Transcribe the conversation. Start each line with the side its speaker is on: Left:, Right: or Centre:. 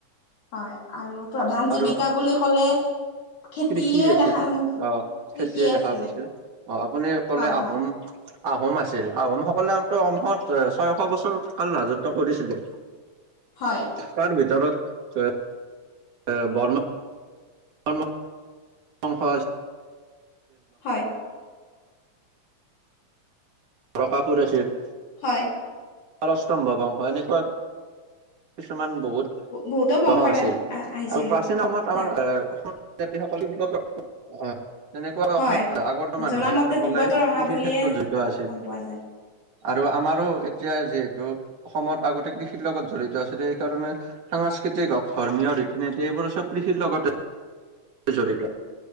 Left: হয়, আৰু প্ৰধান
Right: আৰু
Left: জীৱিকা বুলি ক'লে খেতিয়ে
Right: কৃষি আছিল
Left: দেখা
Right: অ',
Left: কৃষিয়ে
Right: খেতিয়ে দেখা
Left: আছিলে
Right: গৈছিল। অ', আপুনি ক'লে
Left: হয়
Right: আহোম
Left: হয়
Right: আহোম আছিল, আহোমসকলেটো অসমত ছয়শ বছৰ কাল ৰাজত্ব কৰিছিলে।
Left: হয়
Right: তাৰভিতৰত ত এ বৰ্ম <unintelligible> বংশজ
Left: হয়।
Right: বকাসুৰ আছিল।
Left: হয়
Right: পলস্তম্ভ বংশ এনেকুৱাক কিছুমান বহুত <unintelligible>
Left: বহুতো বংশত
Right: আছিল।
Left: আহিছিলে
Right: আৰু প্ৰাচীন সময়ত আমাৰ
Left: হয়
Right: এ অসম জাতি সকল তিব্বত <unintelligible> তেনেকুৱা
Left: হয়
Right: অসমত আগৰ মানুহে
Left: জনামতে
Right: আপুনি ক'লেই,
Left: তিব্বতৰ অহা
Right: কৃষিৰ
Left: বুলিয়ে
Right: ক্ষেত্ৰত জড়িত আছিল।
Left: গম পোৱা যায়
Right: আৰু আমাৰো এতিয়া যিহেতু, অসমত আগতে কৃষিৰ লগত জড়িত ত আছিলে সেইকাৰণে সাংস্কৃতিক হওক ধৰ্মীয় ৰীতি-নীতি এইবোৰ চব কৃষিৰ লগতে জড়িত